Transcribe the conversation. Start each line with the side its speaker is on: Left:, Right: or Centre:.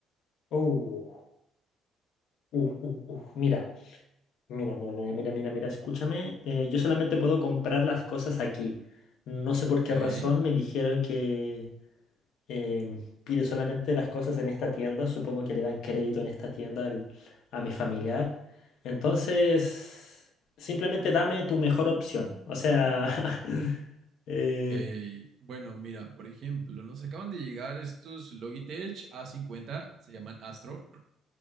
Left: Uh, uh, uh, uh. Mira, mira, mira, mira, mira, mira, mira, escúchame. eh, yo solamente puedo comprar las cosas aquí. No sé por qué
Right: Ok, sí,
Left: razón me dijeron que em, pide solamente las cosas en esta tienda. Supongo que le dan crédito en esta tienda al- a mi familiar.
Right: claro.
Left: Entonces, simplemente dame tu mejor opción. O sea, <laughs> eh,
Right: Ok, bueno, mira, por ejemplo, nos acaban de llegar estos Logitech A50, se llaman Astro,